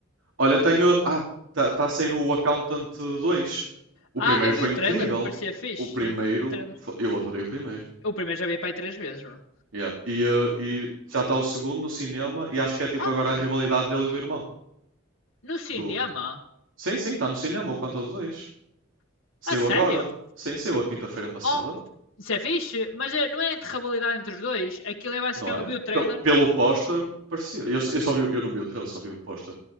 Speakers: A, on the right; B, on the left.
A: Olha, tenho. Ah, está tá a sair o Accountant 2. O
B: Ah,
A: primeiro
B: eu
A: foi
B: vi o
A: incrível.
B: trailer, parecia fixe,
A: O primeiro.
B: sim, o trailer.
A: fo- Eu adorei o primeiro.
B: Eu primeiro já vi para aí três vezes, bro.
A: Yeah. E, eh, e já está o segundo no cinema. E acho que é tipo
B: Oh,
A: agora a rivalidade dele e do irmão.
B: no cinema?
A: Do... Sim, sim, está no cinema o Conta do 2. Saiu
B: A sério?
A: agora. Sim, saiu a quinta-feira passada.
B: Oh, isso é fixe, mas eh, não é entre rivalidade entre os dois. Aquilo é basicamente.
A: Não é?
B: Eu vi o trailer.
A: Pe- pelo póster, parecia. Eu, só- eu só vi, o- eu não vi o trailer, só vi o póster.